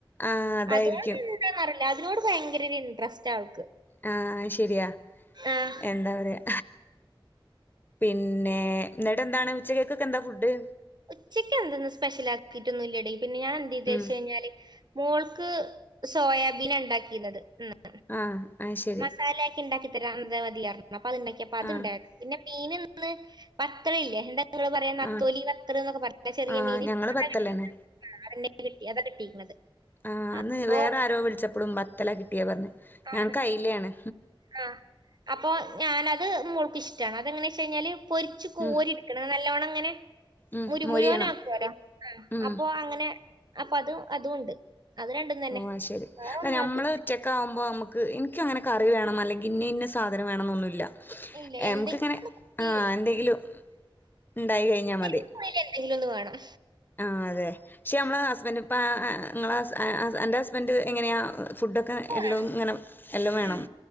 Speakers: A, on the left (about 20°); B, on the right (about 50°).
A: ആഹ് അതായിരിക്കും
B: അതോണ്ട് അതിനോട് ഭയങ്കരൊര് ഇൻട്രസ്റ്റ് ആവും
A: ആ ശരിയാ
B: ആഹ്
A: എന്താ പറയാ പിന്നെ എന്നിട്ടെന്താണ് ഉച്ചെക്കക്കൊക്കെ എന്താ ഫുഡ്
B: ഉച്ചക്ക് എന്തൊന്നും സ്പെഷ്യലായിട്ടൊന്നും ഇല്ലടീ പിന്നെ ഞാൻ എന്തെയ്തേച്ചാഞ്ഞാല്‌
A: ഉം
B: മോൾക്ക് സോയാബീനാണ്ടാക്കീനത് ഇന്ന്
A: ആഹ് അത് ശരി
B: മസാലയൊക്കെ ഉണ്ടാക്കി തരാം അത് മതിയാ അപ്പൊ അത്തുണ്ടാക്കിയപ്പ അത്
A: ആഹ്
B: ഇണ്ടായി പിന്നെ മീനന്ന് പത്രല്ലേ എന്താ ങ്ങള് പറയ്ന്ന നത്തോലി
A: ആഹ്
B: വത്തൾ ന്നൊക്കെ പറയ്ണ ചെറിയ
A: ആഹ്
B: മീൻ ആ
A: ഞങ്ങള് ബത്തലാണ്
B: അതന്നെ കിട്ടി അതാ കിട്ടിയിരിക്കുന്നത്
A: ആ അന്ന്
B: അപ്പോ
A: വേറെ ആരോ വിളിച്ചപ്പോളും വത്തലാ കിട്ടിയേന്ന് പറഞ്ഞ്
B: ആ
A: ഞങ്ങക്ക് അയിലയാണ്
B: ആആ അപ്പൊ ഞാനത് മോൾക്ക് ഇഷ് ഷ്ട്ട ആ അതെങ്ങനെച്ചയ്ഞ്ഞാല് പൊരിച്ച് കോരിട്ക്കണം
A: ഉം
B: നല്ലോണങ്ങനെ
A: ഉം
B: മുരു
A: മൊരിയണം
B: മുരുവനാക്കുവേലോ
A: ഉം
B: അപ്പൊ അങ്ങനെ അപ്പൊ അതും അതും ഉണ്ട് അത് രണ്ടും തന്നെ.
A: ഓ അത് ശരി
B: വേറൊന്നും
A: ല്ല നമ്മള്
B: ആക്കി
A: ഉച്ചക്കാവുമ്പോ മ്മ ഇൻക് അങ്ങനെ കറി വേണം അല്ലെങ്കിൽ ഇന്ന ഇന്ന സാധനം വേണം എന്നൊന്നുല്ല
B: ഇല്ല. എന്തെങ്കിലും
A: നമുക്ക് ഇങ്ങനെ
B: ഒന്ന് കൂട്ടി
A: ആ എന്തെങ്കിലും ഉണ്ടായി കഴിഞ്ഞാ മതി
B: എരിവുള്ളിൽ എന്തെങ്കിലും ഒന്ന് വേണം.
A: ആ അതെ പക്ഷെ നമ്മളെ ഹസ്ബൻ് ഇപ്പം ഇങ്ങളെ ഹസ് ഹസ് അന്റെ ഹസ്ബൻഡറ് എങ്ങനെയാ ഫുഡൊക്കെ
B: ഒക്കെ
A: എല്ലോം
B: വേണം.
A: ഇങ്ങനെ എല്ലോം വേണം
B: ഉം.